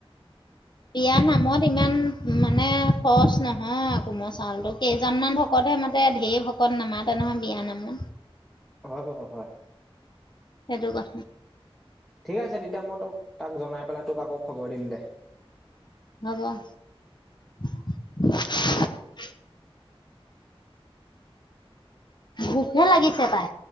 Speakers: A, on the left; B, in the centre.
A: বিয়া নামত ইমান মানে খৰচ নহয় কোমল চাউলতটো কেইজনমান ভকতহে মাতে ধঢেৰ ভকত নামাতে নহয় বিয়া নামত
B: অ অ হয়
A: সেইটো বা
B: ঠিক আছে তেতিয়া মই তোক তাক জনাই পেলাই তোক আকৌ খবৰ দিম দে
A: হ'ব <inaudible> ভোকহে লাগিছে তাই